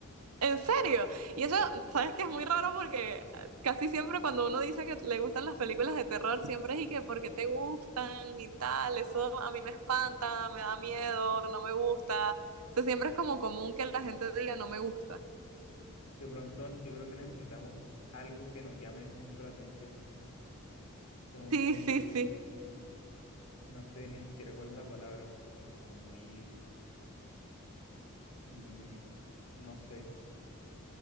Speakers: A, on the right; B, on the left.
A: En serio. Y eso, sabes que es muy raro porque casi siempre cuando uno dice que le gustan las películas de terror, siempre es y que porque te gustan y tal, eso a mí me espanta, me da miedo, no me gusta. O sea, siempre es como común que la gente diga no me gusta.
B: De pronto, yo creo que necesitamos algo que nos llame mucho la atención, ¿no? Somos
A: Sí,
B: muy,
A: sí, sí.
B: no sé ni siquiera cuál es la palabra, pero como muy Mm, no sé,